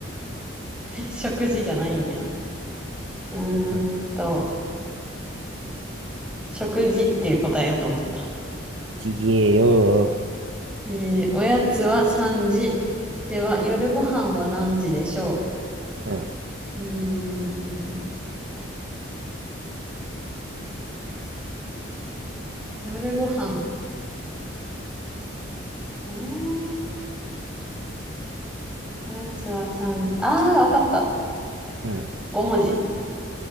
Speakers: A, in the centre; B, on the right.
A: <laughs> 食事じゃないんや。うーんと、
B: ううん。
A: 食事っていう答えやと思った。
B: ちげえよ
A: えー、おやつは3時。では、夜ご飯は何時でしょ
B: ー。うん。
A: ううーん、夜ご飯。えー、おやつは3時。あー、わかった。
B: うん。
A: 5文字。